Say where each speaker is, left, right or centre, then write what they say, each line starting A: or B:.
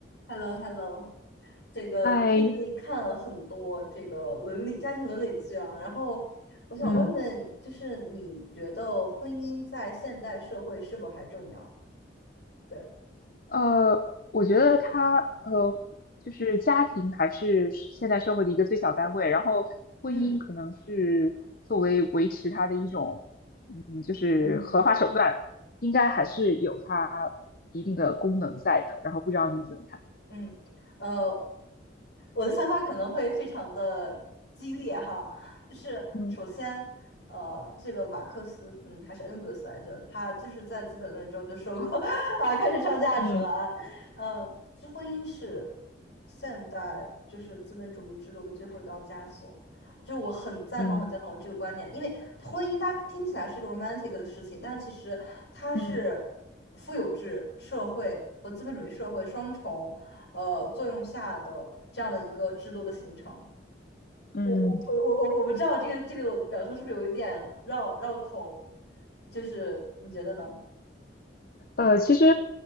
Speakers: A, on the left; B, on the left.
A: Hello Hello，这个最近看了很多这个伦理家庭伦理剧啊，
B: 哎，
A: 然后我想问问，
B: 嗯，
A: 就是你觉得婚姻在现代社会是否还重要？对，
B: 呃，我觉得他呃，就是家庭还是现代社会的一个最小单位，然后婚姻可能是作为维持它的一种，
A: 嗯
B: 嗯，就是合法手段，
A: 嗯
B: 应该还是有它一定的功能在的。然后不知道你怎么看？
A: 嗯，呃，我的想法可能会非常的激烈哈，就是首先，
B: 嗯
A: 呃，这个马克思，嗯，还是恩格斯来着，他就是在《资本论》中就说过 <laughs> 啊，开始上价值了啊，
B: 嗯
A: 嗯，这婚姻是现代就是资本主义制度的最后一道枷锁，就我很赞同很赞同这个观念，
B: 嗯
A: 因为婚姻它听起来是一个 romantic 的事情，但其实它是富有制社会和资本主义社会双重。
B: 嗯
A: 呃作用下的这样的一个制度的形成。
B: 嗯，
A: 我我我我不知道这个这个我的表述是不是有一点绕绕口，就是你觉得呢？
B: 呃，其实，